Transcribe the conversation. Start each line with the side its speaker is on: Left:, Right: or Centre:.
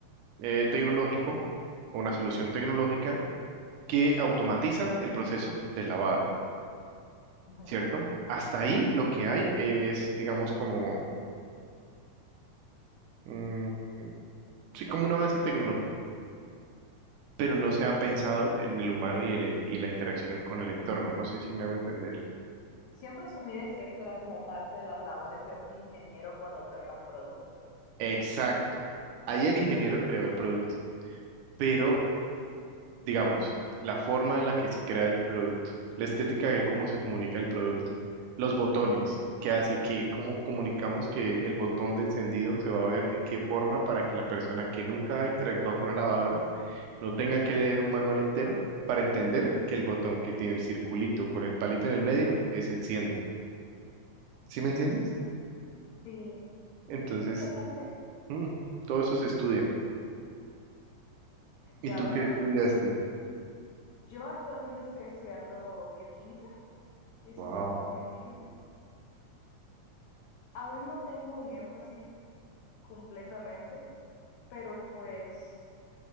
Right: eh, tecnológico o una solución tecnológica que automatiza el proceso del lavado.
Left: ujú.
Right: ¿cierto? Hasta ahí lo que hay es, digamos, como, mm, sí, como un avance tecnológico, pero no se ha pensado en el humano y, el, en- y la interacción en- con el entorno. No sé si me hago entender.
Left: Siempre asumí de que esto era como parte de las labores de un ingeniero cuando crea un producto.
Right: Exacto. Ahí el ingeniero creó el producto, pero, digamos, la forma en la que se crea el producto, la estética de cómo se comunica el producto, los botones. ¿Qué hace que, cómo comunicamos que el botón de encendido se va a ver de qué forma para que la persona que nunca ha interactuado con una lavadora no tenga que leer un manual entero para entender que el botón que tiene el circulito con el palito en el medio es enciende. ¿Sí me entiendes?
Left: Sí.
Right: Entonces,
Left: Qué interesante.
Right: mm, todo eso se estudia.
Left: Ya
Right: ¿Y tú
Left: veo.
Right: qué estudiaste?
Left: Yo actualmente estoy estudiando bioquímica, licenciatura
Right: Wow.
Left: en bioquímica. Aún no tengo un énfasis completamente, pero pues